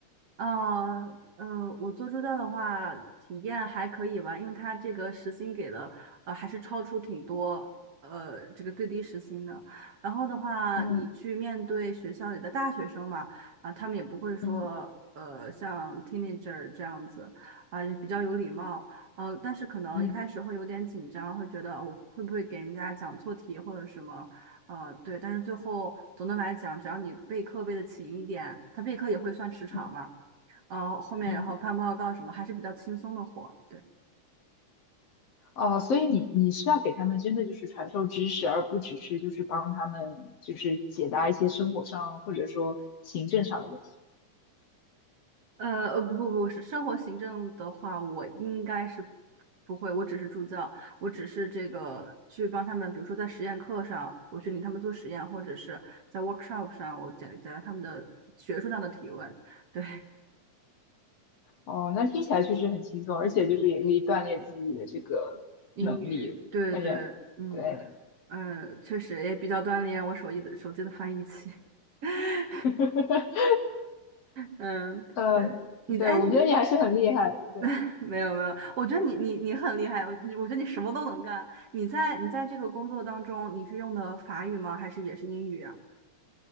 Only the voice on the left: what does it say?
嗯
嗯
嗯
嗯
嗯，
哦，所以你你是要给他们真的就是传授知识，而不只是就是帮他们就是解答一些生活上或者说行政上的问题。
哦，那听起来确实很轻松，而且就是也可以锻炼自己的这个能力，
感觉对。
<laughs>
呃，
对，
我觉得你还是很厉害。对，